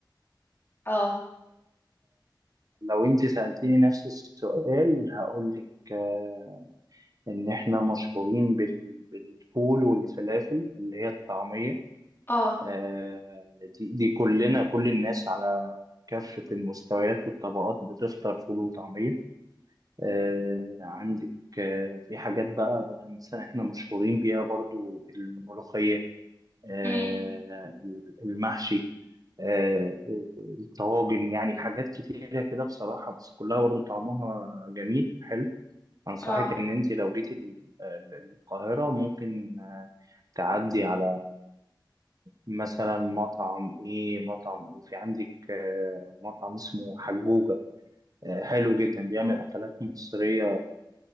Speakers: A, on the left (about 30°); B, on the right (about 50°).
A: اه
B: لو أنت سألتيني نفس السؤال هقول لك آه، إن إحنا مشهورين بال... بالفول والفلافل اللي هي الطعمية
A: اه
B: آه، دي, دي كلنا كل الناس على كافة المستويات والطبقات بتفطر فول وطعمية آه، عندك آه، في حاجات بقى, بقى مثلا احنا مشهورين بيها برضو الملوخية آه،
A: امم
B: المحشي آه، الطواجن يعني حاجات كتيرة كده بصراحة بس كلها برضو طعمها جميل حلو أنصحك
A: اه
B: إن أنت لو جيتي ال- ال- القاهرة ممكن آه، تعدي على مثلا مطعم ايه مطعم ايه في عندك آه، مطعم اسمه حجوجة آه، حلو جدا بيعمل اكلات مصرية